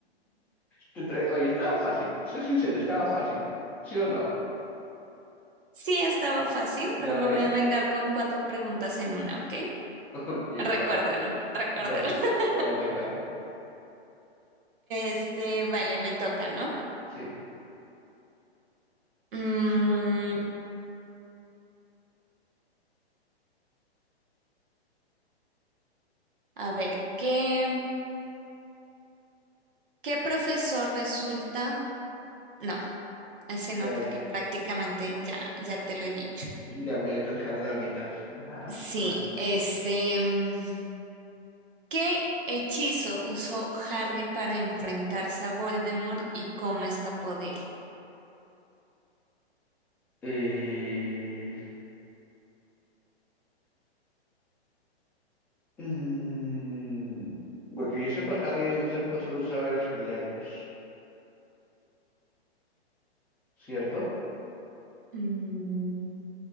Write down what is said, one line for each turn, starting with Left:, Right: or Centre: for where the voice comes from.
Centre: Te- te- Oye, estaba fácil, soy sincero, estaba fácil. ¿Sí o no?
Right: Sí, estaba fácil,
Centre: ¿Ya
Right: pero me
Centre: ves?
Right: voy a vengar
Centre: <laughs>
Right: con cuatro preguntas en una, ¿ok?
Centre: Ok, vale,
Right: Recuérdalo, recuérdalo.
Centre: vale,
Right: <laughs>
Centre: vale, vale.
Right: Este, vale, me toca, ¿no?
Centre: Sí,
Right: Mm, A ver, ¿qué, qué profesor resulta? No, ese no,
Centre: ya,
Right: porque
Centre: ya
Right: prácticamente ya, ya te lo he dicho.
Centre: ya me estás dejando la mitad. Ajá,
Right: Sí,
Centre: su madre,
Right: este,
Centre: ya.
Right: mm, ¿qué hechizo usó Harry para enfrentarse a Voldemort y cómo escapó de él?
Centre: Eh, Mm, bueno, que yo sepa, Harry en esa época solo usaba el Expelliarmus, ¿cierto?
Right: Mm,